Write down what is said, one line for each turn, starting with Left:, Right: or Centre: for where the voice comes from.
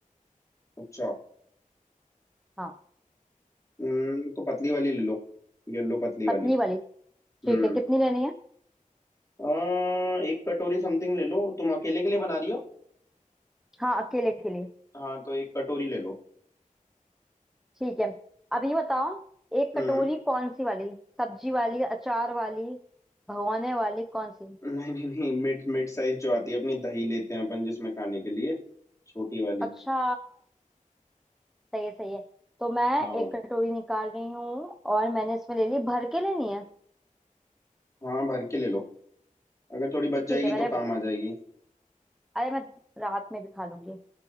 Left: अच्छा
Centre: हाँ
Left: हम्म तो पतली वाली ले लो येलो पतली वाली
Centre: पतली वाली
Left: हम्म
Centre: ठीक है कितनी लेनी है
Left: आ, एक कटोरी समथिंग ले लो तुम अकेले के लिए बना रही हो
Centre: हाँ अकेले के लिए
Left: हाँ तो एक कटोरी ले लो
Centre: ठीक है अब ये बताओ एक
Left: हम्म
Centre: कटोरी कौन सी वाली सब्जी वाली अचार वाली भगोने वाली कौन सी
Left: नहीं नहीं नहीं मिड मिड साइज जो आती है अपनी दही लेते हैं अपन जिसमें खाने के लिए छोटी वाली
Centre: अच्छा सही है सही है तो मैं
Left: हाँ
Centre: एक कटोरी निकाल रही हूँ और मैंने इसमें ले ली भर के लेनी है
Left: हाँ भर के ले लो अगर थोड़ी बच जाएगी
Centre: ठीक है मैंने
Left: तो काम आ जाएगी
Centre: अरे मैं रात में भी खा लूंगी